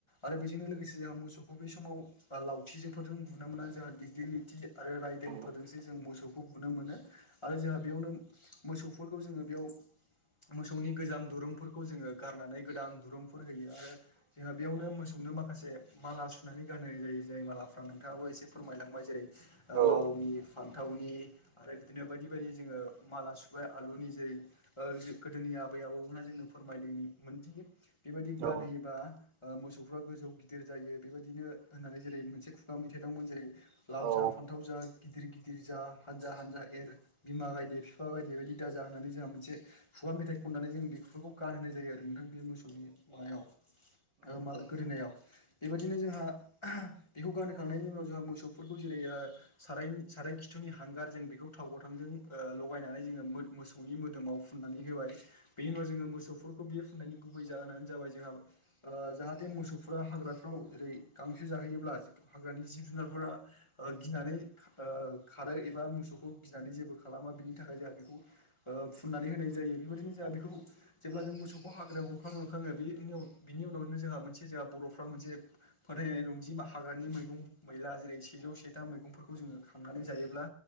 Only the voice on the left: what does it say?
आरो बेजोंनो लोगोसे जोंहा मोसौ अबे समाव बा लावथिजोंफोरजों बुनो मोना जोंहा दि दिलिथि आरो रायदों
फोरजोंसो जों मोसौखौ बुनो मोनो आरो जोंहा बेयावनो मोसौफोरखौ जोङो बेयाव मोसौनि गोजाम दुरुंफोरखौ जोङो गारनानै गोदान दुरुंफोर होयो आरो जोंहा बेयावनो मोसौ नो माखासे माला सु नानै गानहोनाय जायो जाय मालाफ्रा नोंथाङाबो एसे फोरमायलांबाय जेरै ओ
लावनि फान्थावनि आरो बिदिनो बायदि बायदि जोङो माला सुबाय आलुनि जेरै ओज गोदोनि आबै आबौ मोना जोंनो फोरमायदों मोनदि बेबायदि
गानहैयोबा मोसौफ्रा गोजौ गिदिर जायो बेबायदि बिदिनो होननानै जेरै मोनसे खुगा मेथाइ दंमोन जेरै
लाव जा फान्थाव जा गिदिर गिदिर जा हानजा हानजा एर बिमा गायदे बिफा गायदे बायदि दाजा होननानै जोंहा मोनसे खुगा मेथाइ खननानै जों बेफोरखौ गानहोनाय जायो आरो नोंथां बे मोसौनि माबायाव मा गोदोनायाव बिदिनो जोंहा बेखौ गानहखांनायनि उनाव जोंहा मोसौफोरखौ जेरै साराय साराय खिथुनि हांगार जों बेखौ थाव गथांजों ओ लगायनानै जोङो मोसौनि मोदोमाव फुननानै होबाय बेनि उन जोङो मोसौफोरखौ बियो फुननायनि गुबै जाहोनानो जाबाय जोंहा आंजाहाथे मोसौफोरा हाग्रा आव ओरै गांसो जाहैयोब्ला हाग्रानि जिब जुनारफोरा ओ गिनानै ओ खा खारो एबा मोसौखौ गिनानै जेबो खालामा बिनि थाखाय जोंहा बेखौ ओ फुननानै होनाय जायो बेबायदिनो जोंहा औ जेब्ला जों मोसौखौ हाग्रायाव गुरखांनो हरखाङो बेनि बिनि उनावनो जोंहा मोनसे जोंहा बर'फ्रा मोनसे फोथायनाय रंजि हाग्रानि मैगं-मैला जेरै सेजौ सेथाम मैगंफोरखौ जोङो खांनानै जायोब्ला